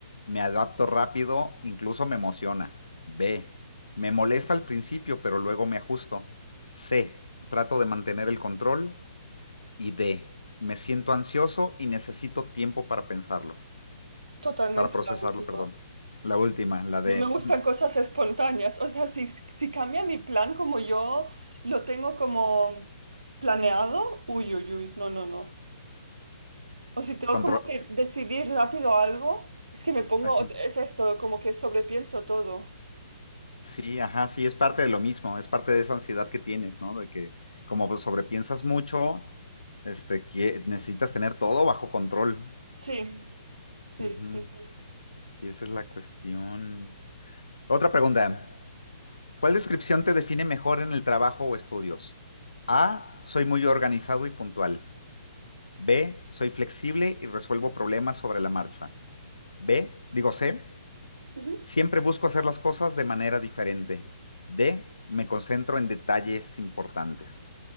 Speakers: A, on the left; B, on the right.
A: Me adapto rápido, incluso me emociona. B. Me molesta al principio, pero luego me ajusto. C. Trato de mantener el control. Y D. Me siento ansioso y necesito tiempo para pensarlo,
B: Totalmente
A: para procesarlo,
B: la última.
A: perdón. La última, la de
B: No me gustan cosas espontáneas. O sea, si, si cambia mi plan como yo lo tengo como planeado, uy, uy, uy, no, no, no. O si tengo
A: <laughs> control.
B: como que decidir rápido algo, es que me pongo,
A: <laughs>
B: ot- es esto, como que sobrepienso todo.
A: Sí, ajá, sí, es parte de lo mismo, es parte de esa ansiedad que tienes, ¿no? De que como pues, sobrepiensas mucho, este, que necesitas tener todo bajo control.
B: Sí, sí,
A: Ujú.
B: sí, sí.
A: Sí, esa es la cuestión. Otra pregunta. ¿Cuál descripción te define mejor en el trabajo o estudios? A, soy muy organizado y puntual. B, soy flexible y resuelvo problemas sobre la marcha. B, digo C,
B: Ujú.
A: siempre busco hacer las cosas de manera diferente. D, me concentro en detalles importantes.